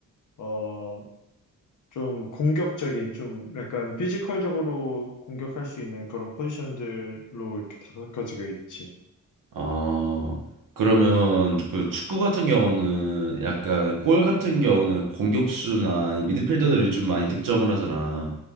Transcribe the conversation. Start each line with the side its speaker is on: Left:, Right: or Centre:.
Left: 어, 좀 공격적인, 좀 약간 피지컬적으로 공격할 수 있는 그런 포지션들로 이렇게 다섯 가지가 있지.
Right: 어, 그러면 그 축구 같은 경우는 약간 골 같은
Left: 음.
Right: 경우는 공격수나 아니 미드필더들이 좀 많이 득점을 하잖아.